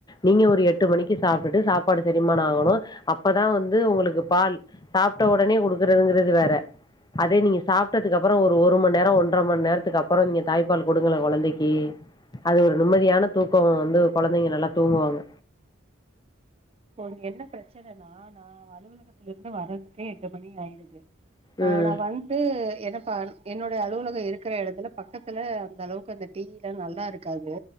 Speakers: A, on the left; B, on the right.
A: நீங்க ஒரு எட்டு மணிக்கு சாப்டுட்டு சாப்பாடு செரிமானோ ஆகணு அப்பதா வந்து உங்களுக்கு பால் சாப்ட்ட உடனே குடுக்குறதுங்கிறது வேற அதே நீங்க சாப்ட்டதுக்கு அப்புறோ ஒரு மண் நேரோ ஒன்ற மண் நேரத்துக்கு அப்புறோ நீங்க தாய்ப்பால் குடுங்களங்க கொழந்தைக் அது ஒரு நிம்மதியான தூக்கோ வந்து கொழந்தைங்க நல்லா தூங்குவாங்க
B: இப்ப உங்க என்ன பிரச்சனன்னா நா அலுவலகத்தில இருந்து வர்றதுக்கே எட்டு மணி ஆயிடுது
A: ம்
B: ஆனவன் இ என்னப்பா என்னுடைய அலுவலகம் இருக்கிற இடத்துல பக்கத்துல அந்த அளவுக்கு அந்த டீலா நல்லா இருக்காது